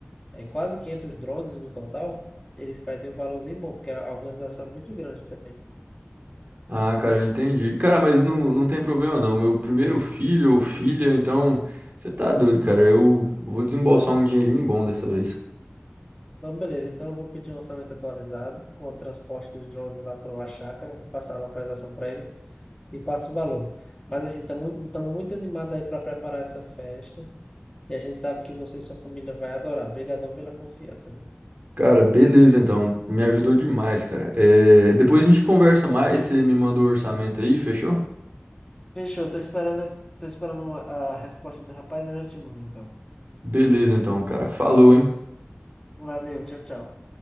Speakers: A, on the left; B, on the right.
A: é, quase 500 drones no total, eles pedem um valorzinho bom, porque a organização é muito grande também.
B: Ah, cara, eu entendi. Cara, mas não, não tem problema não. Meu primeiro filho ou filha, então você tá doido, cara. Eu vou desembolsar um dinheirinho bom dessa vez.
A: Então, beleza, então eu vou pedir um orçamento atualizado com o transporte dos drones lá para a chácara, vou passar a localização para eles e passo o valor. Mas assim, estamos muito animados aí para preparar essa festa e a gente sabe que você e sua família vai adorar. Obrigadão pela confiança, viu?
B: Cara, beleza então. Me ajudou demais, cara. É, depois a gente conversa mais, você me manda o orçamento aí, fechou?
A: Fechou, tô esperando, tô esperando a resposta do rapaz, eu já te mando então.
B: Beleza então, cara. Falou, hein?
A: Valeu, tchau, tchau.